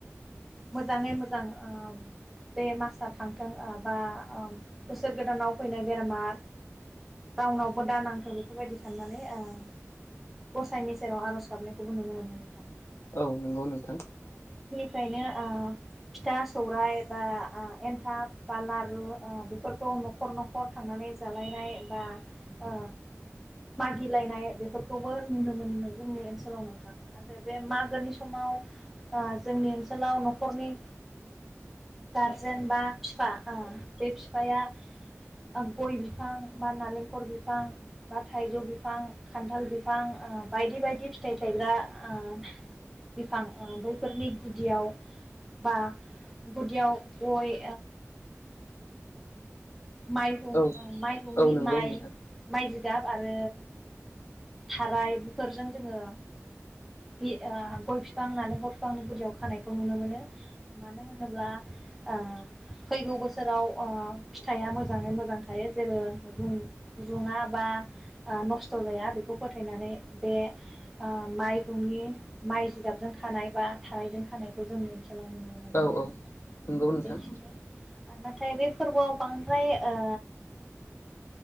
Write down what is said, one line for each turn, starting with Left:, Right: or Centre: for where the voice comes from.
Centre: मोजाङै मोजां ओ बे मासआ थांथों ओ बा ओ बोसोर गोदानाव फैनाय बेरामा रावनावबो दा नांथों बेफोरबायदि साननानै ओ साइनि सेराव आर'ज गाबनायखौबो नुनो मोनो नोंथां।
Left: औ नंगौ नोंथां।
Centre: बेफ्रायनो ओ फिथा सौराइ बा ओ एन्थाब बा लारु बेफोरखौ न'खर न'खर थांनानै जालायनाय बा ओ मागिलायनाय बेफोरखौबो नुनो मोनो। जोंनि ओनसोलाव नोंथां आरो बे मागोनि समाव ओ जोंनि ओनसोलाव न'खरनि गारजेन बा बिफा ओ बे बिफाया गय बिफां बा नालेंखर बिफां बा थाइजौ बिफां खान्थाल बिफां बायदि बायदि फिथाइ थायग्रा ओ बिफां ओ बैफोरनि गुदियाव बा गुदियाव गय माइहुं
Left: औ
Centre: माइहुंनि
Left: औ नंगौ
Centre: माइ
Left: नोंथां
Centre: बायदि जि गाब आरो थाराय बेफोरजों जोङो बि ओ गय बिफां होननानै गय बिफांनि बुरदियाव खानायखौ नुनो मोनो मानो होनोब्ला ओ फैगौ बोसोराव अ फिथाइआ मोजाङै मोजां थायो जेबो रुङा बा ओ नस्थ' जाया बेखौ फोथायनानै बे ओ माइहुंनि माइ जिदाबजों खानाय बा थायजों खानायखौ जोंनि <unintelligible>
Left: औ औ नंगौ नोंथां
Centre: नाथाय बे फोरबोआव बांद्राय ओ